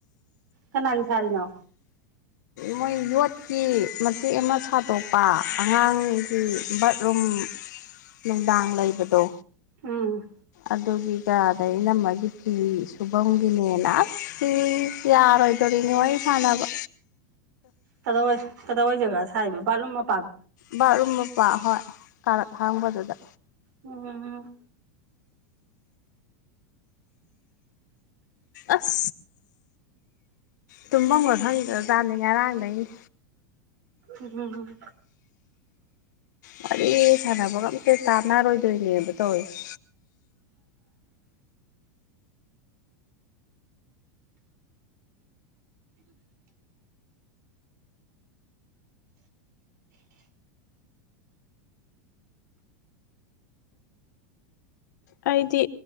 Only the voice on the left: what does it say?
ꯃꯣꯏ ꯌꯣꯠꯀꯤ ꯃꯇꯦꯛ ꯑꯃ ꯁꯥꯗꯣꯛꯄ ꯑꯉꯥꯡꯒꯤ ꯕꯥꯠꯔꯨꯝ ꯅꯨꯡꯗꯥꯡ ꯂꯩꯕꯗꯣ
ꯑꯗꯨꯒꯤ ꯀꯗ ꯏꯅꯝꯃꯒꯤ ꯐꯤ ꯁꯨꯐꯝꯝꯒꯤꯅꯦꯅ ꯑꯁ ꯐꯤ ꯌꯥꯔꯣꯏꯗꯣꯔꯤꯅꯦ ꯋꯥꯔꯤ ꯁꯥꯟꯅꯕ
ꯕꯥꯠꯔꯨꯝ ꯃꯄꯥ ꯍꯣꯏ ꯀꯥꯔꯛ ꯍꯥꯡꯕꯗꯨꯗ
ꯑꯁ ꯇꯨꯝꯕꯝꯒ ꯈꯪꯗ꯭ꯔꯖꯅꯤ ꯉꯔꯥꯡꯗꯩꯩꯅꯤ
ꯋꯥꯔꯤ ꯁꯥꯟꯅꯕꯒ ꯑꯝꯇ ꯇꯥꯟꯅꯔꯣꯏꯗꯣꯏꯅꯦꯕ ꯇꯧꯏꯁꯦ ꯑꯩꯗꯤ